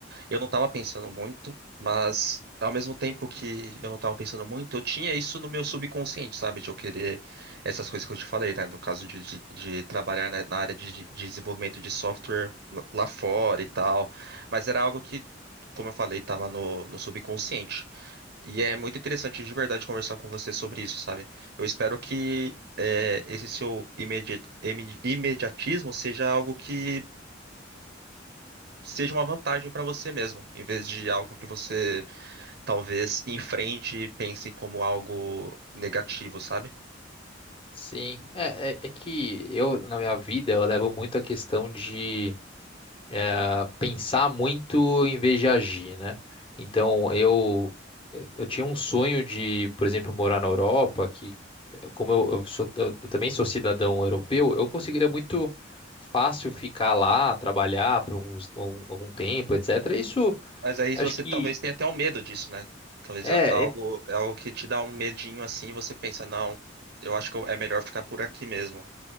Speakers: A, on the right; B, on the left.
A: Eu não tava pensando muito, mas ao mesmo tempo que eu não tava pensando muito, eu tinha isso no meu subconsciente, sabe? De eu querer essas coisas que eu te falei, né? No caso de, de- de trabalhar na na área de, de desenvolvimento de software lá lá fora e tal. Mas era algo que, como eu falei, tava no, no subconsciente. E é muito interessante de verdade conversar com você sobre isso, sabe? Eu espero que. é, esse seu imedi- imedi- imediatismo seja algo que seja uma vantagem para você mesmo, em vez de algo que você talvez enfrente e pense como algo negativo, sabe?
B: Sim, é, é, é que eu na minha vida eu levo muito a questão de eh, pensar muito em vez de agir, né? Então, eu, eu tinha um sonho de, por exemplo, morar na Europa, que eh, como eu, eu sou, eu também sou cidadão europeu, eu conseguiria muito fácil ficar lá, trabalhar por alguns, algum, algum tempo, etc. Isso,
A: Mas aí
B: acho
A: você
B: que
A: talvez tenha até um medo disso, né? Talvez
B: é
A: a- algo é algo que te dá um medinho assim, e você pensa, não, eu acho que eu- é melhor ficar por aqui mesmo.